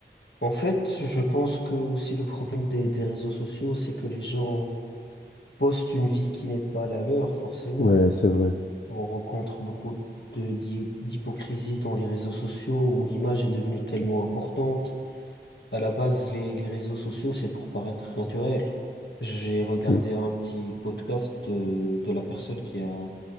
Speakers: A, on the left; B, on the left.
A: en fait, je pense que aussi le problème des, des réseaux sociaux, c'est que les gens postent une vie qui n'est pas la leur, forcément.
B: Ouais, c'est vrai.
A: On rencontre beaucoup de d'hy- d'hypocrisie dans les réseaux sociaux où l'image est devenue tellement importante À la base, les, les réseaux sociaux, c'est pour paraître naturel. J'ai regardé
B: Tu-
A: un petit podcast de, de la personne qui a,